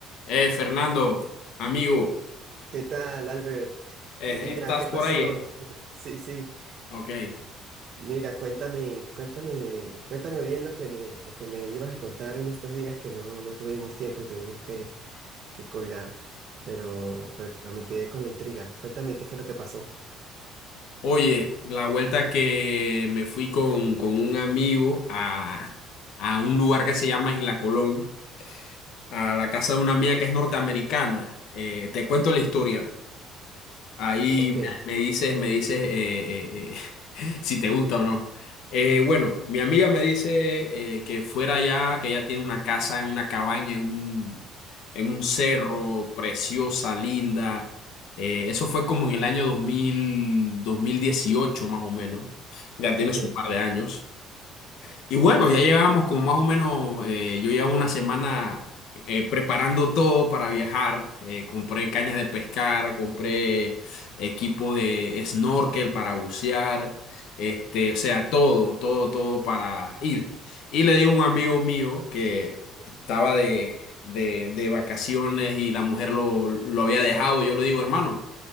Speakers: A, on the left; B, on the right.
A: Eh, Fernando, amigo,
B: ¿Qué tal, Albert?
A: eh,
B: Mira,
A: ¿estás
B: ¿qué
A: por
B: pasó?
A: ahí, eh?
B: <laughs> Sí, sí.
A: Ok.
B: Mira, cuéntame, cuéntame, cuéntame bien lo que me, lo que me ibas a contar en estos días que no, no tuvimos tiempo y tuvimos que, que colgar. Pero, pero me quedé con la intriga. Cuéntame qué fue lo que pasó.
A: Oye, la vuelta que me fui con, con un amigo a, a un lugar que se llama Isla Colón, a la casa de una amiga que es norteamericana. Eh, te cuento la historia. Ahí
B: Ok,
A: me me dices, me dices eh, eh, eh, <laughs> si te gusta o no. Eh, bueno, mi amiga me dice eh, que fuera allá, que ella tiene una casa en una cabaña, en un, en un cerro, preciosa, linda. Eh, eso fue como en el año dos dos mil dos mil dieciocho más o menos. Ya tiene
B: ok,
A: su par de años. Y bueno, ya llevamos como más o menos, eh, yo llevo una semana eh, preparando todo para viajar. Eh, compré cañas de pescar, compré equipo de snorkel para bucear, este, o sea, todo, todo, todo para ir. Y le digo a un amigo mío que estaba de, de, de vacaciones y la mujer lo, lo había dejado. y yo le digo, hermano